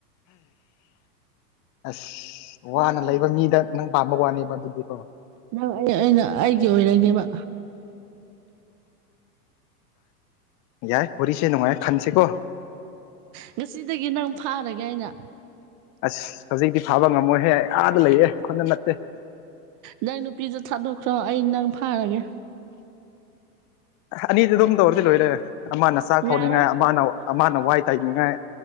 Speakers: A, on the left (about 35°); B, on the right (about 40°).
A: ꯑꯁ ꯋꯥꯅ
B: ꯅꯪ ꯑꯩꯒꯤ
A: ꯂꯩꯕ
B: ꯑꯣꯏꯔꯗꯤꯅꯦ
A: ꯃꯤꯗ ꯅꯪ ꯄꯥꯝꯕ ꯋꯥꯅꯦꯕ ꯑꯗꯨꯗꯤꯀꯣ
B: ꯅꯪ ꯑꯩ ꯑꯩꯅ ꯑꯩꯒꯤ ꯑꯣꯏꯅꯗꯤ ꯑꯃ꯫
A: ꯌꯥꯏ ꯋꯥꯔꯤꯁꯦ ꯅꯨꯡꯉꯥꯏ ꯈꯥꯟꯁꯦ ꯀꯣ꯫
B: ꯉꯁꯤꯗꯒꯤ ꯅꯪ ꯐꯥꯔꯒꯦ ꯏꯩꯅ
A: ꯑꯁ ꯍꯧꯖꯤꯛꯇꯤ ꯐꯥꯕ ꯉꯝꯃꯣꯏꯍꯦ ꯑꯥꯗ ꯂꯩꯌꯦꯦ ꯈꯨꯅ ꯅꯠꯇꯦ
B: ꯅꯪ ꯅꯨꯄꯤꯁꯨ ꯊꯥꯗꯣꯛꯈ꯭ꯔꯣ ꯑꯩ ꯅꯪ ꯐꯥꯔꯒꯦ꯫
A: ꯑꯅꯤꯗꯤ ꯑꯗꯨꯝ ꯇꯧꯔꯗꯤ ꯂꯣꯏꯔꯦ ꯑꯃꯅ ꯆꯥꯛ ꯊꯣꯡꯅꯤꯡꯉꯥꯏ
B: ꯌꯥꯔꯣꯏ
A: ꯑꯃꯅ ꯑꯃꯅ ꯋꯥꯏ ꯇꯥꯏꯅꯤꯡꯉꯥꯏ꯫